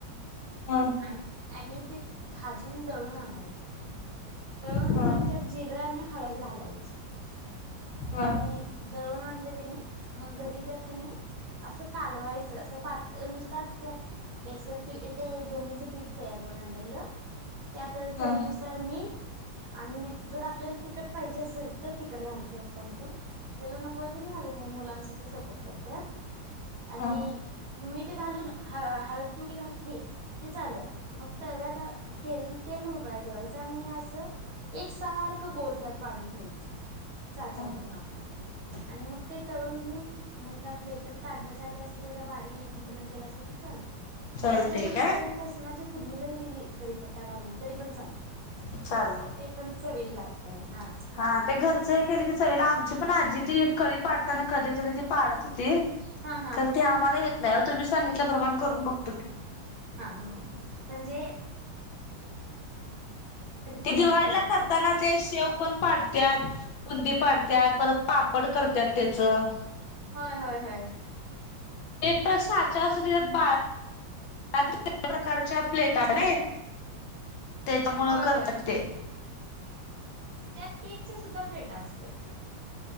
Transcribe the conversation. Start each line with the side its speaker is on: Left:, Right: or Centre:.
Left: हांव
Right: आणि आणि ते भाजूंन दळूंन आणायचं. दळूून
Left: हा
Right: नंतर त्यांत जिरे आणि हळंद घालायची.
Left: हा
Right: आणि दळूंन आणलं कणी मंग घरी त्यांत कणी असं कालवायचं असं पातळ नुसतांच त्यांत बेसन पीठ ते दोन्हीच पीठ तयार करूंन आणलेलं त्यांत चवीनुसार
Left: हा
Right: मीठ आणि जरं आपल्याला तिखट पाहिजे असेल तरं तिखट घालतं कोणकोण त्यांला नकोय ते नाहीं घालतं नाहीं मुलांसाठी सपोर्क करतं आणि
Left: हा
Right: मीठ घालूंन ह हळंद तिवडी घातली. कि झालं मंग तव्यांत तेल तेल उकळांय ठेवायचं आणि असं एक सारखं गोल त्यांत पाडूंन घ्यायचं साच्यां
Left: हा
Right: पूर्ण आंक आणि मंग ते तळूंन घेऊन मंग एका प्लेटत काढलं गॅस त्याचा बारीक पूकरणं केलां तरं चालते
Left: चालतय
Right: त्यांला नंतर
Left: काय
Right: लसणांची फूंडनी जरी दिली क करीपत्ता घालूंन तरी पणं चालतं
Left: चाल
Right: ते पणं चवीला लागतंय हां
Left: हां ते घरचं हे केले की चवीला आमची पणं आजी ती कळी पाडतांना कधीं तरी ती पाडतं होती
Right: हां हां
Left: खर ते आम्हांला येतं नाहीं तुम्हीं सांगितल्या प्रमाणे करूंन बघतो की
Right: हां म्हणजे
Left: ते
Right: केला
Left: दिवाळीला
Right: की बरे वाटते
Left: करतांना ते शेव पणं पाडत बुंदी पाडत्यां
Right: हा
Left: परंत. पापड करतांत त्यांचं
Right: होयं होयं होयं
Left: एक प्रश्न हेच्या साच्यां असते त्यांन पाड रात्री प्रकारच्या प्लेटाते त्यांच्यामुळे
Right: होय होय
Left: करतांत ते
Right: त्यांत केकच्या सुद्धां प्लेट असतांत.